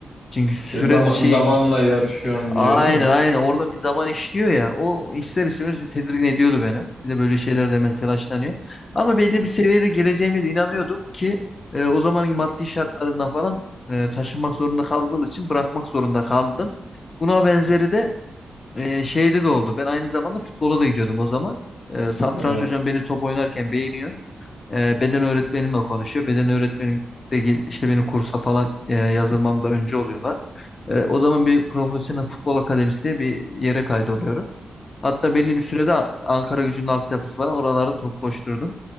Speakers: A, on the left; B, on the left.
A: Çünkü süre
B: Şey, zama-
A: şey
B: zamanla yarışıyorum diye
A: Aynen
B: değil mi?
A: aynen orada bir zaman işliyor ya o ister istemez bir tedirgin ediyordu beni. Bir de böyle şeylerde hemen telaşlanıyor. Ama belli bir seviyede geleceğime de inanıyordum ki e, o zamanın maddi şartlarından falan e, taşınmak zorunda kaldığım için bırakmak zorunda kaldım. Buna benzeri de e, şeyde de oldu. Ben aynı zamanda futbola da gidiyordum o zaman. E, satranç
B: Evet.
A: hocam beni top oynarken beğeniyor. E, beden öğretmenimle konuşuyor. Beden öğretmenim de gel- işte beni kursa falan e, yazılmamda önce oluyorlar. E, o zaman bir profesyonel futbol akademisi diye bir yere kaydoluyorum. Hatta belli bir sürede A- Ankara Gücü'nün altyapısı var. Oralarda top koşturdum.